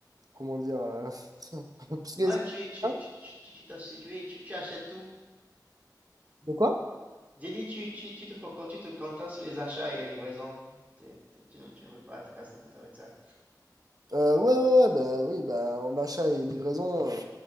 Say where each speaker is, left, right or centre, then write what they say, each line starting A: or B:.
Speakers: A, on the right; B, on the right.
A: comment dire, euh, <laughs> un peu présent.
B: Ouais, tu, tu,
A: Hein
B: tu, tu, tu, tu t'as su- tu, tu achètes tout.
A: De quoi?
B: J'ai dit, tu, tu, tu te focuses, tu te contentes sur les achats et les livraisons. T'es- t'es- Tu, ne- tu ne veux pas te casser la tête avec ça.
A: Euh, ouais, ouais, ouais, bah, oui, bah, en achat et livraison, euh,